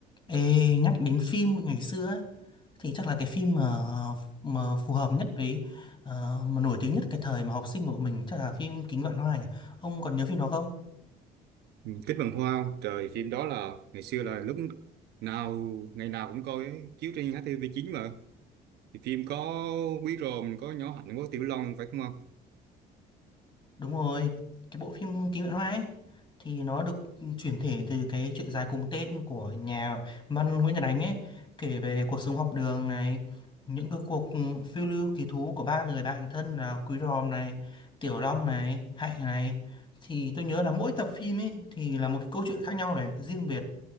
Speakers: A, on the left (about 30°); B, on the right (about 75°).
A: Ê, nhắc đến phim ngày xưa á, thì chắc là cái phim mà mà phù hợp nhất với ờ, mà nổi tiếng nhất cái thời mà học sinh của mình chắc là phim Kính Vạn Hoa nhỉ. Ông còn nhớ phim đó không?
B: Ừ, Kích bằng hoa không? Trời, phim đó là ngày xưa là lúc nào ngày nào cũng coi ấy, chiếu trên htv chín mà. Thì phim có Quý Ròm, có Nhỏ Hạnh, có Tiểu Long phải không không?
A: Đúng rồi, cái bộ phim Ký Vạn Hoa ấy thì nó được chuyển thể từ cái truyện dài cùng tên của nhà văn Nguyễn Nhật Ánh ấy, kể về cuộc sống học đường này, những cái cuộc phiêu lưu kỳ thú của ba người bạn thân là Quý Ròm này, Tiểu Long này, Hạnh này. Thì tôi nhớ là mỗi tập phim ấy thì là một cái câu chuyện khác nhau này, riêng biệt